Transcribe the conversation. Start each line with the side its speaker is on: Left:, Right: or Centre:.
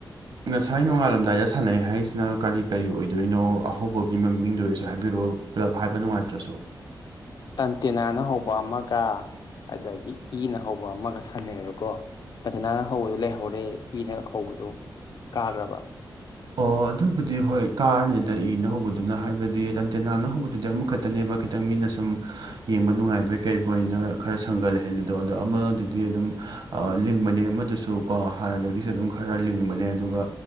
Right: ꯉꯁꯥꯏ ꯅꯣꯡꯉꯥꯜꯂꯝꯗꯥꯏꯗ ꯁꯥꯟꯅꯩ ꯍꯥꯏꯔꯤꯁꯤꯅ ꯀꯔꯤ ꯀꯔꯤ ꯑꯣꯏꯗꯣꯏꯅꯣ ꯑꯍꯧꯕꯒꯤ ꯃꯃꯤꯡꯗ ꯑꯣꯏꯔꯁꯨ ꯍꯥꯏꯕꯤꯔꯛꯑꯣ ꯄꯨꯜꯂꯞ ꯍꯥꯏꯕ ꯅꯨꯡꯉꯥꯏꯇ꯭ꯔꯁꯨ
Left: ꯇꯟꯇꯦꯅꯥꯅ ꯍꯧꯕ ꯑꯃꯒ ꯑꯗꯒꯤ ꯏꯅ ꯍꯧꯕ ꯑꯃꯒ ꯁꯥꯟꯅꯩꯑꯕꯀꯣ ꯐꯖꯅꯥꯅ ꯍꯧꯕꯗꯨꯣ ꯂꯩꯍꯧꯔꯦ ꯏꯅ ꯍꯧꯕꯗꯨꯣ ꯀꯥꯈ꯭ꯔꯕ
Right: ꯑꯣ ꯑꯗꯨꯕꯨꯗꯤ ꯍꯣꯏ ꯀꯥꯔꯅꯤꯗ ꯏꯅ ꯍꯧꯕꯗꯨꯅ ꯍꯥꯏꯕꯗꯤ ꯔꯟꯇꯦꯅꯥꯅ ꯍꯧꯕꯗꯨꯗꯤ ꯑꯃꯨꯛꯈꯛ ꯈꯛꯇꯅꯦꯕ ꯈꯤꯇꯪ ꯃꯤꯅ ꯁꯨꯝ ꯌꯦꯡꯕ ꯅꯨꯡꯉꯥꯏꯕꯩ ꯀꯩꯕꯨꯩꯅ ꯈꯔ ꯁꯪꯒꯠ ꯂꯩꯍꯜꯂꯤꯗꯣ ꯑꯗꯣ ꯑꯃ ꯑꯗꯨꯗꯤ ꯑꯗꯨꯝ ꯂꯤꯡꯕꯅꯦ ꯑꯃꯗꯨꯁꯨ ꯀꯣ ꯍꯥꯟꯅꯗꯒꯤꯁꯨ ꯑꯗꯨꯝ ꯈꯔ ꯂꯤꯡꯕꯅꯦ ꯑꯗꯨꯒ